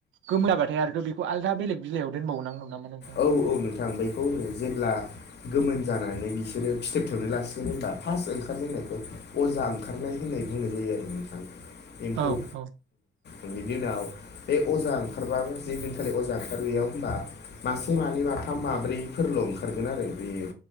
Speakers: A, on the right; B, on the left.
A: गोमो जाबाथाय आरोथ बेखौ आलदा बेलेग बिलाइआव दोनबाव नागौ नामा नों
B: औ औ नोंथां बेखौनो जेब्ला गोमोन जानानै बिसोरो फिथोबथोबनो लासिगोन होनबा फार्स्ट ओंखारजेननायखौ अजा ओंखारनाय होननाय बुंनाय जायो आरो नोंथां एम्फौ
A: औ औ
B: बिनि उनाव बे अजा ओंखारबाबो जेदिनखालि अजा ओंखार बैयाव होनबा मासे मानै माथाम माब्रैफोरल ओंखारगोन आरो बेयो।